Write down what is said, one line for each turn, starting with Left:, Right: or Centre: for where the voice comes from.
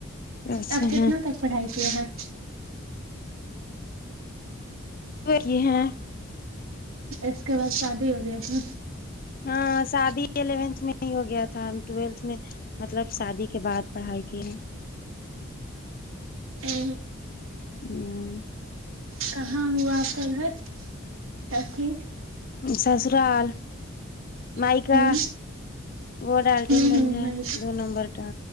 Left: اچھے
Right: اپ کتنا
Left: ہیں
Right: تک پڑھائی کیے ہیں
Left: <unintelligible>
Right: اس کے بعد شادی ہو گیا تھا
Left: ہاں شادی الیونت میں ہی ہو گیا تھا ہم طویلۃ میں مطلب شادی کے بعد پڑھائی کی ہے
Right: تھا
Left: ہم
Right: کہاں ہوا اپ کا گھر ابھی
Left: سسرال مائکا
Right: ہوں
Left: وہ ڈالٹین
Right: ہوں
Left: گنج
Right: ہوں میں
Left: ہے دو نمبر کا